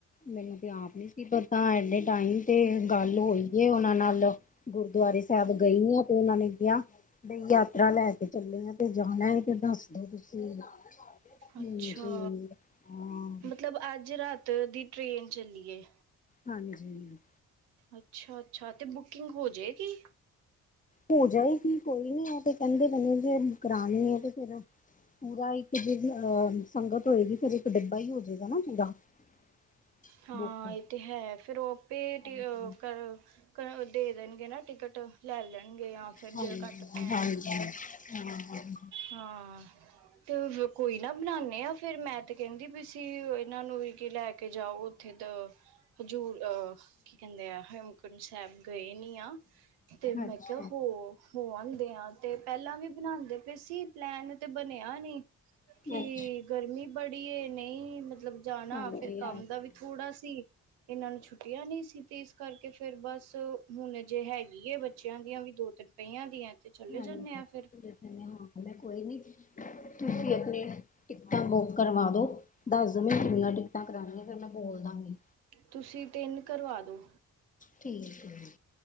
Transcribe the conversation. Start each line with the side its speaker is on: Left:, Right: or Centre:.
Left: ਮੈਨੂੰ ਤਾਂ ਆਪ ਨੀ ਸੀ ਪਤਾ ਐਡੇ ਟਾਈਮ ਤੇ ਗੱਲ ਹੋਈ ਹੈ ਉਹਨਾਂ ਨਾਲ। ਗੁਰਦੁਆਰੇ ਸਾਹਿਬ ਗਈ ਆ। ਤੇ ਉਹਨਾਂ ਨੇ ਕਿਹਾ, ਬ ਯਾਤਰਾ ਲੈ ਕੇ ਚੱਲੇ ਆ। ਤੇ ਜਾਣਾ ਹੈ ਤੇ ਦੱਸਦੋ ਤੁਸੀਂ। ਹਾਂਜੀ
Right: ਅੱਛਾ।
Left: ਹਾਂ
Right: ਮਤਲਬ ਅੱਜ ਰਾਤ ਦੀ ਟ੍ਰੇਨ ਚੱਲੀਏ।
Left: ਹਾਂਜੀ।
Right: ਅੱਛਾ-ਅੱਛਾ, ਤੇ ਬੁਕਿੰਗ ਹੋਜੇਗੀ?
Left: ਹੋ ਜਾਏਗੀ ਕੋਈ ਨੀ, ਓ ਤੇ ਕਹਿੰਦੇ ਪਏ ਨੇ, ਜੇ ਕਰਾਣੀ ਈ, ਤੇ ਫਿਰ ਪੂਰਾ ਇੱਕ ਜੇ ਅਹ ਸੰਗਤ ਹੋਏਗੀ, ਫਿਰ ਇੱਕ ਡੱਬਾ ਹੀ ਹੋਜੇਗਾ ਨਾ ਪੂਰਾ। <inaudible>
Right: ਹਾਂ,
Left: ਬੁੱਕ
Right: ਇਹ ਤੇ ਹੈ, ਫਿਰ ਉਹ ਆਪੇ
Left: ਹਾਂਜੀ
Right: ਟੀ ਅ ਕਰ ਕ ਦੇ ਦੇਣਗੇ ਨਾ ਟਿਕਟ। ਲੈ ਲੈਣਗੇ ਯਾਂ ਫਿਰ
Left: ਹਾਂਜੀ
Right: ਜੇ ਘੱਟ ਪੈਣ,
Left: ਹਾਂਜੀ ਹਾਂ ਹਾਂਜੀ ਹਮ
Right: ਹਾਂ। ਤੇ ਕੋਈ ਨਾ ਬਣਾਨੇ ਆਂ ਫਿਰ, 'ਮੈਂ' ਤੇ ਕਹਿੰਦੀ ਪੀਸੀ ਇਹਨਾਂ ਨੂੰ ਵੀ ਕੀ ਲੈਕੇ ਜਾਓ। ਉੱਥੇ ਤਾਂ ਹਜ਼ੂਰ ਅਹ ਕੀ ਕਹਿੰਦੇ ਆ, ਹੇਮਕੁੰਟ ਸਾਹਿਬ ਗਏ ਨੀ ਆ‌। ਤੇ ਮੈਂ
Left: ਅੱਛਾ ਅੱਛਾ
Right: ਕਿਹਾ ਹੋ, ਹੋ ਆਂਦੇ ਆ। ਤੇ ਪਹਿਲਾਂ ਵੀ ਬਣਾਂਦੇ ਪਏ ਸੀ ਪਲੈਨ, ਤੇ ਬਣਿਆ ਨੀ। ਕੀ
Left: ਹਾਂਜੀ
Right: ਗਰਮੀ ਬੜੀ ਏ ਨਹੀਂ, ਮਤਲਬ ਜਾਣਾ
Left: ਹਾਂਜੀ
Right: ਫੇਰ ਕੰਮ ਦਾ ਵੀ ਅਸੀ ਇਹਨਾਂ ਨੂੰ ਛੁੱਟੀਆਂ ਨਹੀਂ ਸੀ, ਤੇ ਇਸ ਕਰਕੇ ਫਿਰ ਬਸ ਹੁਣੇ ਜੇ ਹੈਗੀ ਏ ਬੱਚਿਆਂ ਦੀਆਂ ਵੀ, ਦੋ-ਤਿੰਨ ਪਈਂਆਂ ਦੀਆਂ ਤੇ ਚਲੇ
Left: ਹਾਂਜੀ
Right: ਜਾਂਦੇੇ ਆ ਫਿਰ।
Left: ਹਾਂ ਕੋਈ ਨੀ, ਤੁਸੀ ਆਪਣੀ ਟਿਕਟਾਂ ਬੁੱਕ ਕਰਵਾ ਦੋ। ਦੱਸ ਦਿੰਨੀਆਂ ਕਿੰਨੀਆਂ ਟਿਕਟਾਂ ਕਰਾਣੀਆਂ, ਫਿਰ ਮੈਂ ਬੋਲ ਦਾਂਗੀ।
Right: ਤੁਸੀਂ ਤਿੰਨ ਕਰਵਾਦੋ‌।
Left: ਠੀਕ ਏ।